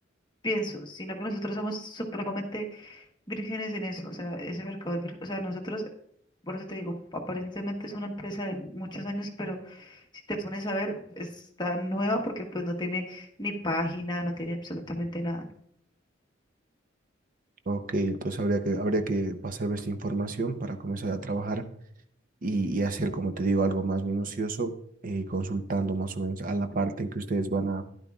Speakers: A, on the left (about 25°); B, on the right (about 45°).
A: pienso, sino que nosotros somos supremamente vírgenes en eso, o sea, ese mercado, es vir- o sea, nosotros, por eso te digo, aparentemente es una empresa de muchos años, pero si te pones a ver, está nueva porque pues no tiene ni página, no tiene absolutamente nada.
B: Ok, entonces habría que, habría que pasarme esta información para comenzar a trabajar y, y hacer, como te digo, algo más minucioso, eh, consultando más o menos a la parte en que ustedes van a